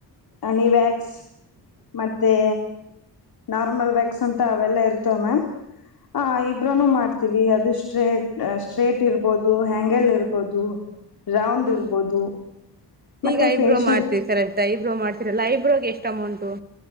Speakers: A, on the left; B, on the right.
A: ಆನಿ ವ್ಯಾಕ್ಸ್ ಮತ್ತೆ ನಾರ್ಮಲ್ ವ್ಯಾಕ್ಸ್ ಅಂತ ಅವೆಲ್ಲಾ ಇರ್ತವೆ ಮ್ಯಾಮ್ ಹ ಇಬ್ರನು ಮಾಡ್ತೀವಿ ಅದು ಸ್ಟ್ರೇ ಸ್ಟ್ರೇಟ್ ಇರ್ಬೋದು ಹ್ಯಾಂಗಲ್ ಇರ್ಬೋದು ರೌಂಡ್
B: ಹ್ಮ್
A: ಇರ್ಬೋದು ಮತ್ತು
B: ಈಗ ಐಬ್ರೋ
A: ಫೇಶಿಯಲ್
B: ಮಾಡ್ತೀರಿ ಸರಷ್ಟ ಐಬ್ರೋ ಮಾಡ್ತೀರಲ್ಲ ಐಬ್ರೋಗೆ ಎಷ್ಟ ಟೊಮಂಟೋ